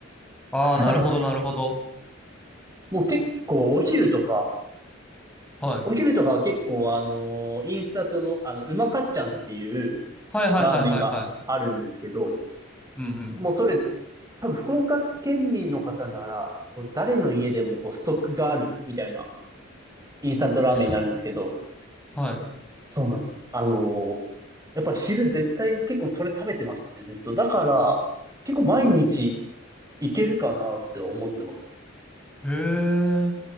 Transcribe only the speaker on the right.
<laughs>
もう結構お昼とか、
お昼とかは結構あのーインスタントの、あの、うまかっちゃんっていう
ラーメンがあるんですけど、
もうそれ、多分福岡県民の方なら、こう誰の家でもこうストックがあるみたいなインスタントラーメンになるんですけど、
そうなんですよ。あのーやっぱ昼絶対結構それ食べてましたね、ずっと。だから、結構毎日いけるかなって思ってます。